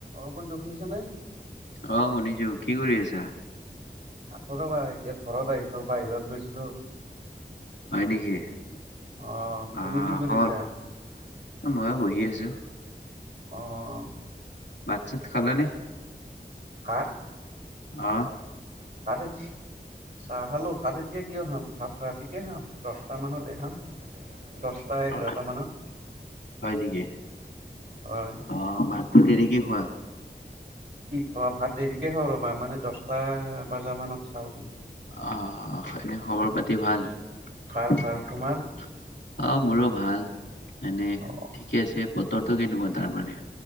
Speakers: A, on the right; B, on the left.
A: অপন্ত শুনিছ নে?
B: অ শুনিছো কি কৰি আছা?
A: আছো ৰবা, এতিয়া, ঘৰত আহিছো বাহিৰত গৈছিলো।
B: হয় নেকি?
A: অ তুমি
B: আহ,
A: কি কৰিছা?
B: <unintelligible> মই বহি আছো।
A: অ'।
B: ভাত চাত খালা নে?
A: হা?
B: অহ।
A: <unintelligible> চাহ খালোঁ। ভাত এতিয়া কিয় খাম, ভাত ৰাতিকে খাম। দহটা মানত দে খাম, দচ <unintelligible> এঘাৰটা
B: আহ,
A: মানত।
B: হয় নেকি
A: হয়।
B: অ ভাতটো দেৰিকে খোৱা।
A: কি অ', ভাত দেৰিকে খাওঁ ৰ'বা, মানে দচটা বজা মানত খাওঁ তোমাৰ।
B: আহ, এনে খবৰ পাতি ভাল?
A: ভাল
B: অ',
A: ভাল তোমাৰ?
B: মোৰো ভাল। এনে
A: অ
B: ঠিকে আছে। বতৰটো কেনেকুৱা তাৰ মানে?